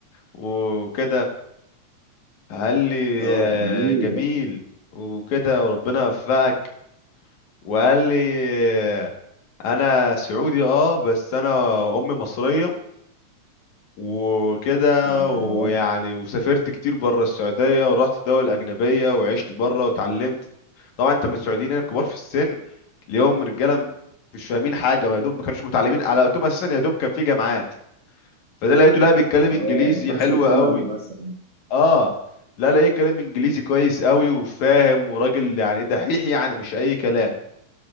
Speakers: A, on the left; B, on the right.
A: وكده قال لي
B: اه
A: آه،
B: جميل
A: جميل
B: ده
A: وكده وربنا يوفقك وقال لي آه، انا سعودي اه بس انا امي مصريه وكده
B: اه
A: ويعني وسافرت كتير بره السعودية ورحت دول أجنبية وعشت بره وتعلمت طبعا انت من السعوديين هنا الكبار في السن اليوم رجالة مش فاهمين حاجة ما يا دوب ما كانوش متعلمين على وقتهم أساسا يا دوب كان في جامعات فده لقيته لا بيتكلم إنجليزي
B: اه
A: حلو
B: اخر
A: قوي
B: ثانوي مثلا
A: اه لا لقيت كلام إنجليزي كويس قوي وفاهم وراجل يعني دحيح يعني مش أي كلام